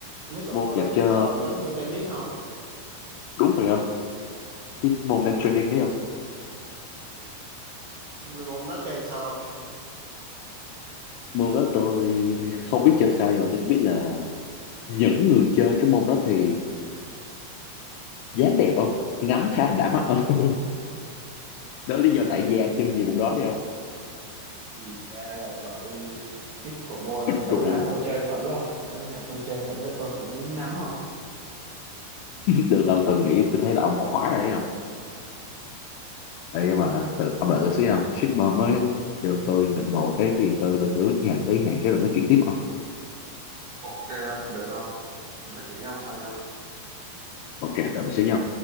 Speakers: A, on the right (about 80°); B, on the left (about 80°).
A: pickleball
B: môn dành
A: là cái
B: cho
A: trò giống như tennis không
B: đúng phải không cái môn đang trending đấy không
A: Là môn đó chơi sao không
B: môn đó tôi không biết chơi sao nhưng mà tôi chỉ biết là những người chơi cái môn đó thì dáng đẹp không ngắm khá là đã mắt không <laughs> đó là lý do
A: À,
B: đại gia chơi nhiều môn đó đấy không
A: thì ra là vậy pickleball không
B: bích
A: để
B: ruột
A: bữa nào
B: buồn
A: tôi chơi thử không để bữa nào tôi chơi thử tôi cũng muốn nắm không
B: được ông tôi nghĩ tôi thấy là ông khóa rồi đấy không Ê, nhưng mà tự, ông đợi tôi xíu không shipper mới kêu tôi nhận đồ cái cái gì tôi tôi cứ nhà tôi lấy hàng cái rồi nói chuyện tiếp không
A: ok không được không nói chuyện với ông sau nha
B: ok đợi tôi xíu nha